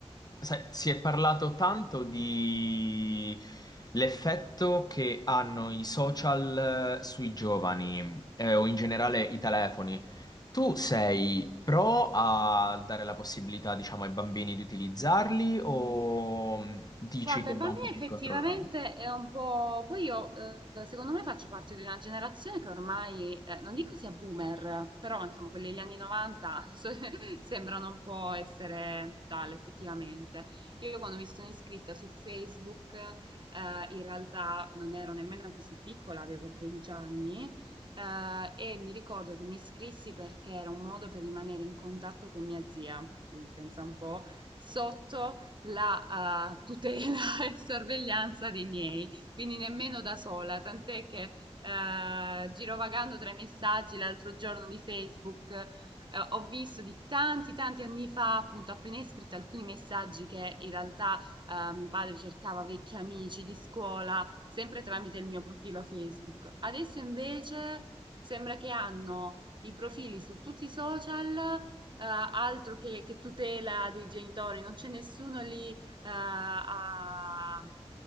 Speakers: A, on the left (about 35°); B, on the right (about 45°).
A: sai, si è parlato tanto di l'effetto che hanno i social eh, sui giovani, eh, o in generale i telefoni. Tu sei pro a dare la possibilità, diciamo, ai bambini di utilizzarli o mm, dici
B: Guarda,
A: che
B: i bambini
A: va un po'
B: effettivamente
A: più controllato?
B: è un po'... Poi io, eh, secondo me, faccio parte di una generazione che ormai, eh, non dico sia boomer, però insomma, quelli degli anni 90 <laughs> so- sembrano un po' essere tale, effettivamente. Io quando mi sono iscritta su Facebook, eh, in realtà non ero nemmeno così piccola, avevo 13 anni, eh, e mi ricordo che mi iscrissi perché era un modo per rimanere in contatto con mia zia, quindi pensa un po', sotto la eh, tutela <laughs> e sorveglianza dei miei, quindi nemmeno da sola, tant'è che eh, girovagando tra i messaggi l'altro giorno di Facebook eh, ho visto di tanti tanti anni fa, appunto appena iscritta, alcuni messaggi che in realtà eh, mio padre cercava vecchi amici di scuola, sempre tramite il mio profilo Facebook. Adesso invece sembra che hanno i profili su tutti i social eh, altro che, che tutela dei genitori, non c'è nessuno lì eh, a-